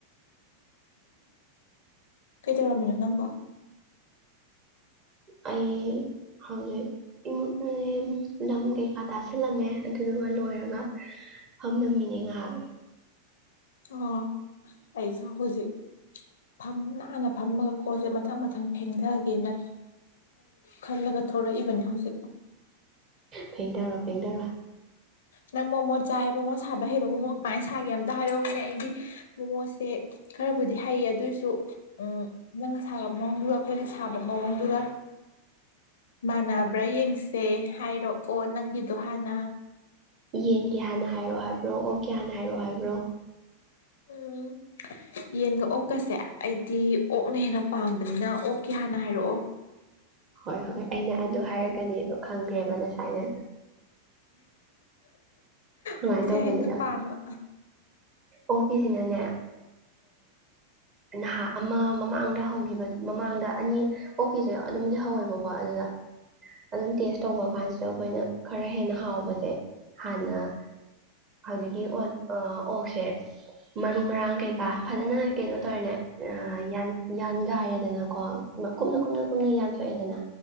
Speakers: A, on the left; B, on the right.
A: ꯀꯩꯗꯧꯔꯝꯃꯤꯅꯣ ꯅꯪꯕ
B: ꯑꯩ ꯍꯧꯖꯤꯛꯃ ꯂꯝ ꯀꯩꯀꯥ ꯇꯥꯥꯁꯜꯂꯝꯃꯦ ꯑꯗꯨꯗꯨꯒ ꯂꯣꯏꯔꯒ ꯐꯝꯂꯝꯃꯤꯅꯦ ꯉꯥꯏꯍꯥꯛ
A: ꯑꯣ ꯑꯩꯁꯨ ꯍꯧꯖꯤꯛ ꯐꯝ ꯅꯥꯟꯅ ꯐꯝꯃꯒ ꯀꯣꯟꯁꯦ ꯃꯊꯪ ꯃꯊꯪ ꯐꯦꯡꯊꯒꯦꯅ ꯈꯜꯂꯒ ꯊꯣꯔꯛꯏꯕꯅꯦ ꯍꯧꯖꯤꯛ
B: ꯐꯦꯡꯒꯔꯣ ꯐꯦꯒꯔꯣ
A: ꯅꯪ ꯃꯣꯃꯣ ꯆꯥꯏ ꯃꯣꯃꯣ ꯁꯥꯕ ꯍꯩꯕ ꯃꯣꯃꯣ ꯀꯃꯥꯏꯅ ꯁꯥꯒꯦ ꯑꯝꯇ ꯍꯥꯏꯔꯛꯎꯅꯦ ꯑꯩꯗꯤ ꯃꯣꯃꯣꯁꯦ ꯈꯔꯕꯨꯗꯤ ꯍꯩꯌꯦ ꯑꯗꯨꯑꯣꯏꯁꯨ ꯅꯪꯅ ꯁꯥꯕ ꯃꯑꯣꯡꯗꯨꯒ ꯑꯩꯈꯣꯏꯅ ꯁꯥꯕ ꯃꯑꯣꯡꯗꯨꯒ ꯃꯥꯟꯅꯕ꯭ꯔꯥ ꯌꯦꯡꯁꯦ ꯍꯥꯏꯔꯛꯑꯣ ꯅꯪꯒꯤꯗꯣ ꯍꯥꯟꯅ
B: ꯌꯦꯟꯒꯦ ꯍꯥꯟꯅ ꯍꯥꯏꯔꯛꯑꯣ ꯍꯥꯏꯕ꯭ꯔꯣ ꯑꯣ ꯀꯦ ꯍꯥꯟꯅ ꯍꯥꯏꯔꯛꯑꯣ ꯍꯥꯏꯕ꯭ꯔꯣ
A: ꯎꯝ ꯌꯦꯟꯒ ꯑꯣꯛꯀꯁꯦ ꯑꯩꯗꯤ ꯑꯣꯛꯅ ꯍꯦꯟꯅ ꯄꯥꯝꯕꯅꯤꯅ ꯑꯣꯛꯀꯤ ꯍꯥꯟꯅ ꯍꯥꯏꯔꯛꯑꯣ
B: ꯍꯣꯏ ꯍꯣꯏ ꯑꯩꯅ ꯑꯗꯨ ꯍꯥꯏꯔꯛꯀꯅꯤꯗꯣ ꯈꯪꯈ꯭ꯔꯦꯕ ꯉꯁꯥꯏꯅ ꯁꯨꯃꯥꯏꯅ
A: ꯑꯣꯛꯁꯦ
B: ꯇꯧꯕꯅꯤꯗ
A: ꯍꯦꯛꯇ ꯄꯥꯝꯕ
B: ꯑꯣꯛꯀꯤꯁꯤꯅꯅꯦ ꯅꯍꯥ ꯑꯃ ꯃꯃꯥꯡꯗ ꯍꯧꯈꯤꯕ ꯃꯃꯥꯡꯗ ꯑꯅꯤ ꯑꯣꯛꯀꯤꯁꯦ ꯑꯗꯨꯝꯗꯤ ꯍꯧꯋꯦꯕꯀꯣ ꯑꯗꯨꯗ ꯑꯗꯨꯝ ꯇꯦꯁ ꯇꯧꯕ ꯀꯥꯟꯁꯤꯗ ꯑꯩꯈꯣꯏꯅ ꯈꯔ ꯍꯦꯟꯅ ꯍꯥꯎꯕꯁꯦ ꯍꯥꯟꯅ ꯍꯧꯖꯤꯛꯀꯤ ꯑꯣꯠ ꯑꯣꯛꯁꯦ ꯃꯔꯨ ꯃꯔꯥꯡ ꯀꯩꯀꯥ ꯐꯖꯅ ꯀꯩꯅꯣ ꯇꯧꯔꯦꯅꯦꯟ ꯌꯥ ꯆꯥꯏꯔꯦꯗꯅꯀꯣ ꯀꯨꯞꯅ ꯀꯨꯞꯅ ꯀꯨꯞꯅ ꯌꯥꯟꯊꯣꯛꯑꯦꯗꯅ